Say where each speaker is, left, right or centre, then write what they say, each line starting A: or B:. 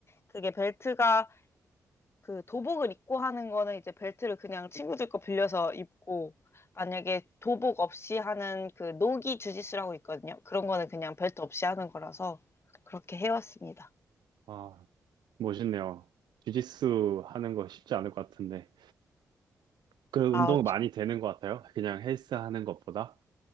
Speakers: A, on the left; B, on the right.
A: 그게 벨트가 그 도복을 입고 하는 거는 이제 벨트를 그냥 친구들 거 빌려서 입고 만약에 도복 없이 하는 그 노기 주짓수라고 있거든요. 그런 거는 그냥 벨트 없이 하는 거라서 그렇게 해왔습니다.
B: 아, 멋있네요. 주짓수 하는 거 쉽지 않을 것 같은데. 그 운동
A: 아,
B: 많이 되는 것 같아요. 그냥 헬스 하는 것보다.